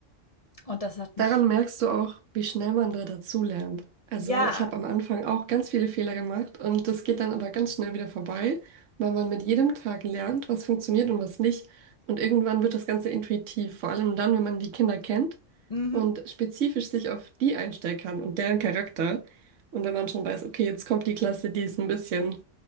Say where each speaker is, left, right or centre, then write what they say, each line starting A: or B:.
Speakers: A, on the left (about 35°); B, on the right (about 75°).
A: Und das hat mich
B: Daran merkst du auch, wie schnell man da dazulernt. Also
A: ja,
B: ich habe am Anfang auch ganz viele Fehler gemacht und das geht dann aber ganz schnell wieder vorbei, weil man mit jedem Tag lernt, was funktioniert und was nicht. Und irgendwann wird das Ganze intuitiv, vor allem dann, wenn man die Kinder kennt
A: mhm,
B: und spezifisch sich auf die einstellen kann und deren Charakter. Und wenn man schon weiß, okay, jetzt kommt die Klasse, die ist ein bisschen